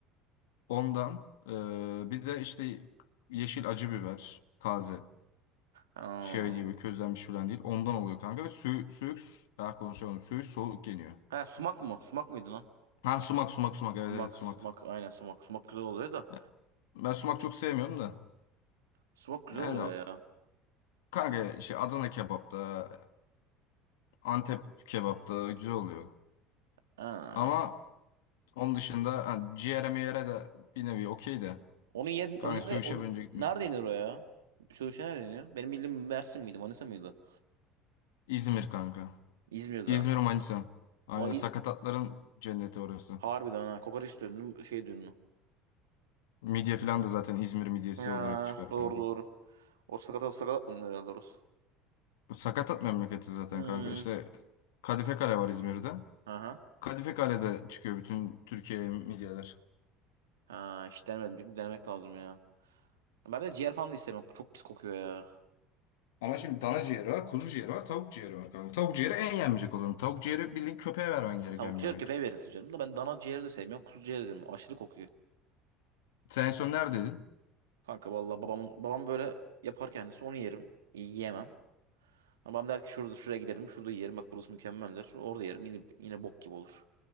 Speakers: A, on the left (about 80°); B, on the right (about 85°).
A: Ondan eee, bir de işte yeşil acı biber taze.
B: Ha.
A: şey gibi közlenmiş falan değil. Ondan oluyor kanka ve sü suyuk daha konuşamadım. Söğüş soğuk yeniyor.
B: Ha sumak mı? Sumak mıydı lan?
A: Ha sumak sumak sumak evet
B: Sumak.
A: evet sumak.
B: Sumak. Aynen sumak. Sumak güzel oluyor da.
A: Ya, Ben sumak çok sevmiyorum da.
B: Sumak güzel
A: Yani
B: oluyor ya.
A: kanka şey Adana kebapta, Antep kebapta güzel oluyor.
B: Ha.
A: Ama onun dışında hani ciğere miğere de bir nevi okey de.
B: Onun yerin
A: Kanka
B: o nerede
A: söğüşe
B: o,
A: bence gitmiyor.
B: nerede iniyor o ya? Şu şey nerede iniyor? Benim bildiğim Mersin miydi, Manisa mıydı?
A: İzmir kanka.
B: İzmir'de.
A: İzmir Manisa. Aynen
B: O İ-
A: sakatatların cenneti orası.
B: harbiden ha kokoreç dönünü şey dönünü.
A: Midye falan da zaten İzmir midyesi
B: Ya
A: olarak çıkar
B: doğru
A: kanka.
B: doğru. O sakatat sakatat dönüyor herhalde orası.
A: Sakatat memleketi zaten
B: Hmm.
A: kanka. İşte Kadife Kale var İzmir'de.
B: Aha.
A: Kadife Kale'de çıkıyor bütün Türkiye'ye midyeler.
B: Ha hiç denemedim. Bir denemek lazım ya. Ben bir de ciğer falan da istemem. Çok pis kokuyor ya.
A: Ama şimdi dana ciğeri var, kuzu ciğeri var, tavuk ciğeri var kanka. Tavuk ciğeri en yenmeyecek olan. Tavuk ciğeri bildiğin köpeğe vermen gereken
B: Tavuk ciğer
A: bir yemek.
B: köpeğe verirsin canım da ben dana ciğeri de sevmiyorum. Kuzu ciğeri de sevmiyorum. Aşırı kokuyor.
A: Sen en son neredeydin?
B: Kanka vallahi babamın babam böyle yapar kendisi onu yerim. Yiyemem. Babam der ki şurada şuraya gidelim. Şurada yiyelim. Bak burası mükemmeldir. Orada yerim. Yine yine bok gibi olur.